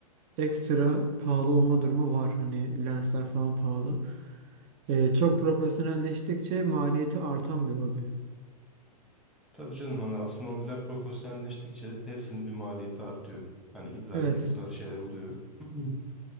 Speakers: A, on the right (about 30°); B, in the centre.
A: ekstra pahalı olma durumu var. Hani lensler falan pahalı. Ee, çok profesyonelleştikçe maliyeti artan bir hobi.
B: Tabii canım hani aslında hobiler profesyonelleştikçe hepsinin bir maliyeti artıyor. Hani illaki
A: Evet.
B: bu tarz şeyler oluyor. <clears throat> Hı.